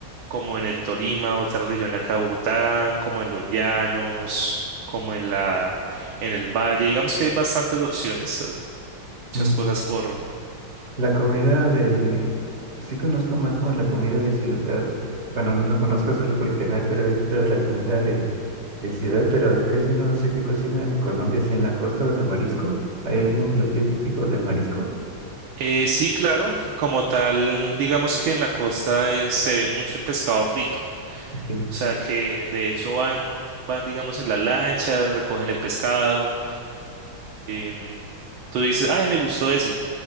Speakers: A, on the right; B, on the right.
A: como en el Tolima, otra región de acá de Bogotá, como en los llanos, como en la, en el valle. Digamos que hay bastantes opciones, muchas
B: Mm.
A: cosas por...
B: La comida de... Sí conozco más como la comida de ciudad. Bueno, no la conozco solo por internet, pero he visto la comida de, de ciudad, pero casi no sé qué cocinan en Colombia, si en la costa o de marisco. ¿Hay algún platillo típico de marisco?
A: Eh, sí, claro, como tal, digamos que en la costa eh, se ve mucho el pescado frito.
B: Ok.
A: O sea que de hecho van, van, digamos, en la lancha, recogen el pescado. em, tú dices, ay, me gustó ese.